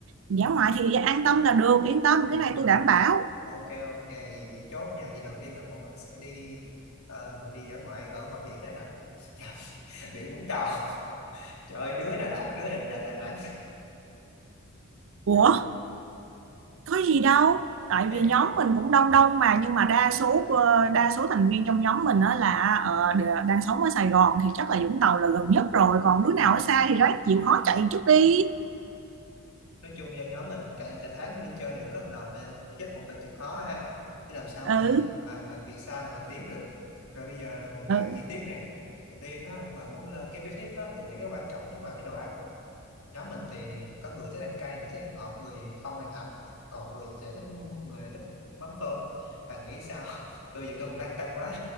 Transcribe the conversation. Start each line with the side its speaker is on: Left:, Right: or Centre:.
Right: dã ngoại thì an tâm là được yên tâm
Left: mình
Right: cái này tôi đảm bảo
Left: Ok ok vậy thì chốt nha Vậy đầu tiên là bọn mình sẽ đi ờ, Mình đi dã ngoại ở ngoài biển đây nè <laughs> Dạ, Biển Vũng Tàu <laughs> Trời ơi đứa Đà Lạt đứa Đà, Đà, Đà Nẵng
Right: Ủa
Left: Rồi
Right: có gì đâu tại
Left: Ê,
Right: vì nhóm mình cũng đông đông mà nhưng mà đa số ờ, đa số thành viên trong nhóm mình đó là ờ, đ- đang sống ở Sài Gòn thì chắc là Vũng Tàu là gần nhất rồi còn
Left: ừ,
Right: đứa nào ở xa thì ráng chịu khó chạy chút đi
Left: Nói chung do nhóm mình cả cả tháng mới đi chơi được có một lần Nên chắc cũng phải chịu khó ha Chứ làm sao
Right: ừ
Left: mà mà mà, mà bị xa mà làm biếng được Rồi bây giờ là mình bàn
Right: ừ
Left: chi tiết nè Đầu tiên á, bạn muốn lên cái business á Tôi nghĩ cái quan trọng nhất là cái đồ ăn nhóm mình thì có người thích ăn cay người thích ăn ngọt người không ăn hạt còn người thì thích người thích mắm tôm và nghĩ sao <laughs> tôi giờ tôi cũng lăn tăn quá